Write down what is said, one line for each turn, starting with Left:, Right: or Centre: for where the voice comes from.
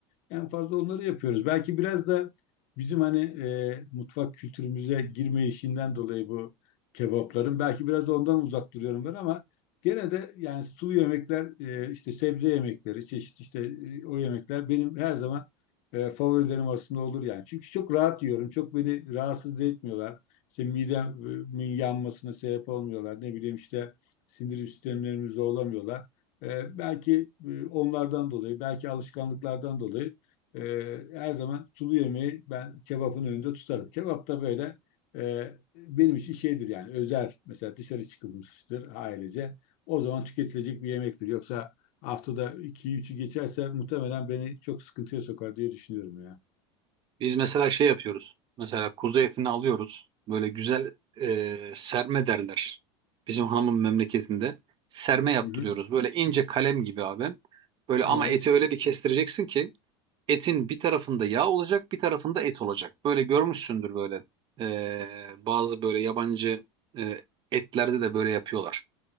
Left: En fazla onları yapıyoruz. Belki biraz da bizim hani e, mutfak kültürümüze girme işinden dolayı bu kebapların. Belki biraz da ondan uzak duruyorum ben ama gene de yani sulu yemekler, e, işte sebze yemekleri, çeşit işte e, o yemekler benim her zaman e, favorilerim arasında olur yani. Çünkü çok rahat yiyorum. Çok beni rahatsız da etmiyorlar. İşte midemin yanmasına sebep olmuyorlar. Ne bileyim işte sindirim sistemlerimizi zorlamıyorlar. E, belki e, onlardan dolayı, belki alışkanlıklardan dolayı ee, her zaman sulu yemeği ben kebapın önünde tutarım. Kebap da böyle e, benim için şeydir yani özel mesela dışarı çıkılmıştır ailece. O zaman tüketilecek bir yemektir. Yoksa haftada 2 üçü geçerse muhtemelen beni çok sıkıntıya sokar diye düşünüyorum ya.
Right: <laughs> Biz mesela şey yapıyoruz. Mesela kuzu etini alıyoruz. Böyle güzel e, serme derler. Bizim hanımın memleketinde serme yaptırıyoruz.
Left: Hı hı.
Right: Böyle ince kalem gibi abi. Böyle
Left: Evet.
Right: ama eti öyle bir kestireceksin ki etin bir tarafında yağ olacak, bir tarafında et olacak. Böyle görmüşsündür böyle. E, bazı böyle yabancı e, etlerde de böyle yapıyorlar.